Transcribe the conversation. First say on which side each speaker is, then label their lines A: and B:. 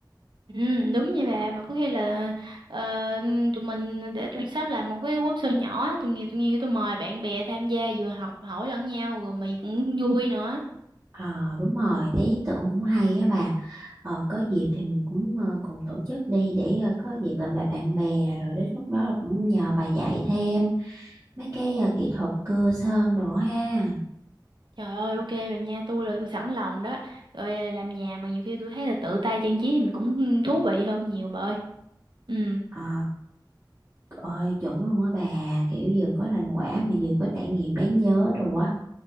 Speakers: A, on the right; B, on the right.
A: Ừ, đúng vậy bà mà có khi là ờ, tụi mình để tụi sắp làm một cái workshop nhỏ tụi nhiều tụi nhiều tụi mời bạn bè tham gia vừa học hỏi lẫn nhau rồi mày cũng vui nữa
B: ờ đúng rồi thấy ý tưởng cũng hay á bà ờ có dịp thì mình cũng ờ, cùng tổ chức đi để ờ, có dịp làm lại bạn bè rồi đến lúc đó là cũng nhờ bà dạy thêm mấy cái ờ, kỹ thuật cưa sơn đồ ha
A: trời ơi ok bà nha tôi là tôi sẵn lòng đó rồi à, làm nhà mà nhiều khi tôi thấy là tự tay trang trí thì mình cũng thú vị hơn nhiều bà ơi ừ
B: ờ ơi chuẩn luôn á bà kiểu vừa có thành quả mà vừa có trải nghiệm đáng nhớ đồ á